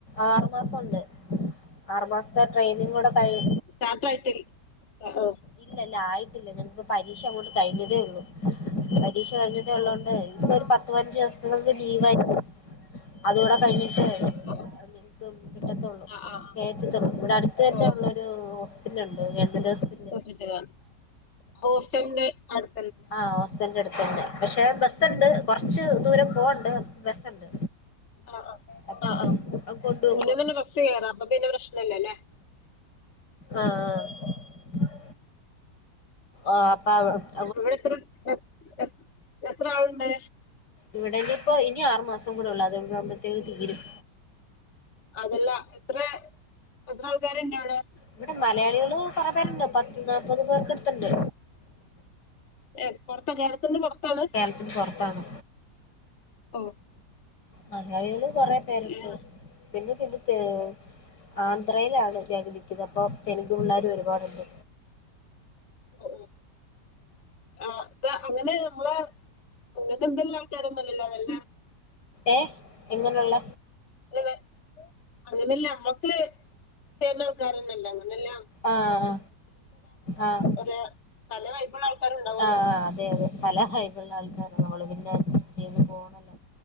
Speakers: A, on the left (about 75°); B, on the left (about 45°).
A: ആറുമാസം ഉണ്ട് ആറുമാസത്തെ ട്രെയിനിങ് കൂടെ കഴി
B: സ്റ്റാട്ട്റായി ഇട്ട് കേറി ആഹ് ആഹ്
A: ഇല്ല ഇല്ല ആയിട്ടില്ല ഞാനിപ്പോ പരീക്ഷ അങ്ങോട്ട് കഴിഞ്ഞതേ ഉള്ളൂ പരീക്ഷ കഴിഞ്ഞതേ
B: ഓഹ്
A: ഉള്ളോണ്ട് ഇനി ഇപ്പൊ ഒരു പത്ത് പതിനഞ്ചു ദിവസങ്ങള് ലീവായിരിക്കും അതൂടെ കഴിഞ്ഞിട്ട് <unintelligible>
B: ഓഹ്
A: കിട്ടത്തൊള്ളു
B: ആഹ് ആഹ്
A: കേറ്റത്തൊള്ളൂ ഇവിടെ അടുത്ത് തന്നെ
B: ഓഹ്
A: ഉള്ള ഒരു ഹോസ്പിറ്റല്ണ്ട് ഗവൺമെന്റ് ഹോസ്പിറ്റ
B: ഹോസ്പിറ്റലാണ് ഹോസ്റ്റൽന്റെ അട്
A: ആഹ് ഹോസ്‌റ്റൽന്റെ അടുത്തന്നെ പക്ഷെ ബസ്സ്ണ്ട് കൊറച്ച്
B: ആഹ്
A: ദൂരം പോവാണ്ട് ബസ്സെണ്ട്
B: ആഹ്
A: ഔ
B: ആഹ് ആഹ്
A: അത് കൊണ്ട് വെക്കോ
B: മുന്നേ തന്നെ ബസ്സ് കേറാ അപ്പൊ പിന്നെ പ്രശ്നം ഇല്ലല്ലേ
A: ആഹ് ആഹ് ആഹ് അപ്പ അവ്
B: ഇവിടെ എത്ര എ എ എത്ര ആള്ണ്ട്
A: ഇവിടെ ഇഞ്ഞിപ്പൊ ഇനി ആറ് മാസം കൂടെ ഒള്ളു അത് കഴിയുമ്പത്തേക്ക് തീരും
B: അതല്ല എത്ര എത്ര ആൾക്കാര് ഇണ്ട് അവിടെ
A: ഇവടെ മലയാളികള് കൊറേ പേര്ണ്ട് പത്ത് നാപ്പത് പേർക്ക് ഇട്ത്ത്ണ്ട്
B: ഏഹ് പൊറത്താ കേരളത്ത് ന്ന് പൊറത്താണ്
A: <unintelligible> പൊറത്താണ്
B: ഓഹ്
A: മലയാളികള് കൊറെ പേര്ണ്ട്
B: ഏഹ്
A: പിന്നെ പിന്നെ തെ ആന്ധ്രയിലാണ് ഞാന് നിക്കിന്നെ അപ്പോ തെലുങ്ക് പിള്ളേര് ഒരുപാട്ണ്ട്
B: ഓഹ് ആഹ് ഇത് അങ്ങനെ നമ്മളെ അങ്ങൻത്തെ എന്ത് ല്ല ആൾക്കാരൊന്നല്ലല്ലോ നല്ലെ
A: ഏഹ് എങ്ങനുള്ള
B: ല്ലല്ലേ അങ്ങനെല്ല ഞ്ഞമ്മക്ക് ചേര്ന ആൾക്കാരന്നെല്ലേ അങ്ങനെല്ല
A: ആഹ് ആഹ് ആഹ്
B: ഒരു പല വൈബുള്ള ആൾക്കാരുണ്ടാവുമല്ലോ
A: ആഹ് അതെ അതെ പല ഹയ്ബ്ള്ള ആൾക്കാരാ നമള് പിന്നെ അഡ്ജസ്റ്റ് ചെയ്ത് പോണല്ല